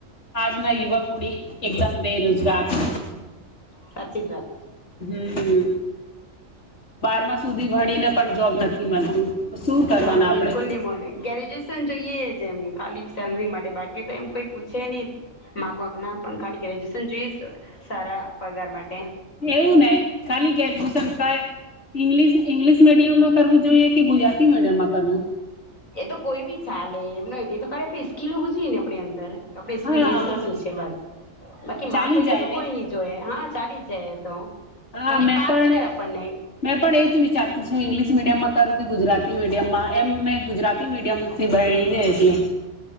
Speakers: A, on the left; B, on the left.
A: આજના યુવક પુડી એકદમ બેરોજગાર છે
B: સાચી જ વાત
A: હમ બારમા સુધી ભણીને પણ જોબ નથી મળતું તો શું કરવાના
B: હા બિલકુલ
A: આપણે
B: ની મલે ગ્રેજ્યુએશન જોઈએ જેમ ખાલી સેલરી માટે બાકી તો એમ કોઈ પૂછે ની માક વાંક ના પણ ખાલી ગ્રેજ્યુએશન જોઈશ સારા પગાર માટે
A: એવું ને ખાલી ગ્રેજ્યુએશન કાઇ ઇંગ્લિશ ઈંગ્લિશ મીડિયમમાં કરવું જોઈએ કે ગુજરાતી મીડિયમમાં કરવું
B: એ તો કોઈ બી ચાલે એમ નહીં એ તો ખરેે સ્કીલ હોવી જોય ને આપણી અંદર આપડે ઈસ્ત્રી સ્કીલ
A: હા
B: એ છે બસ બાકી માં
A: ચાલી
B: કોઈ બધું
A: જાય
B: કોઈ
A: ને
B: નઈ જોય હા ચાલી જાયે એ તો
A: હા
B: ખાલી
A: મેં
B: પાસ
A: પણ
B: જોઈ આપણને
A: મેં પણ એ જ વિચારતી છું ઇંગ્લિશ મીડિયમમાં કરું કે ગુજરાતી મીડિયમ માં એમ મે ગુજરાત તી મીડિયમથી ભયણીને એટલે